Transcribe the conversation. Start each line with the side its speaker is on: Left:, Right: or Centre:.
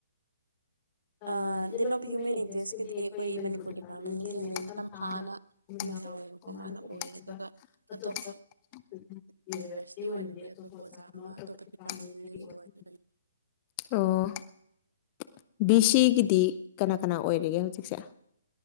Left: ꯑꯩꯈꯣꯏꯅꯤꯄꯨꯔꯗꯤꯄꯥꯔꯦꯟ
Right: ꯗꯦꯟ ꯑꯣꯐ ꯍ꯭ꯌꯨꯃꯦꯟ ꯏꯟꯇꯔꯦꯁꯀꯤꯗꯤ ꯑꯩꯈꯣꯏ ꯃꯅꯤꯄꯨꯔ ꯗꯤꯄꯥꯔꯠꯃꯦꯟꯒꯤ ꯃꯦꯝ ꯇꯝꯐꯥꯅ ꯑꯃ ꯌꯥꯎꯋꯦꯕꯀꯣ ꯃꯥꯅ ꯑꯣꯏ ꯑꯗꯨꯒ ꯑꯇꯣꯞꯄ
Left: ꯑꯣ
Right: ꯌꯨꯅꯤꯚꯔꯁꯤꯇꯤ ꯑꯣꯏꯅꯗꯤ ꯑꯇꯣꯞꯄ ꯑꯣꯖꯥ ꯑꯃ ꯑꯇꯣꯞꯄ ꯗꯤꯄꯥꯔꯠꯃꯦꯟꯗꯒꯤ ꯑꯣꯏꯕꯅꯤ
Left: ꯕꯤ ꯁꯤꯒꯤꯗꯤ ꯀꯅꯥ ꯀꯅꯥ ꯑꯣꯏꯔꯤꯒꯦ ꯍꯧꯖꯤꯛꯁꯦ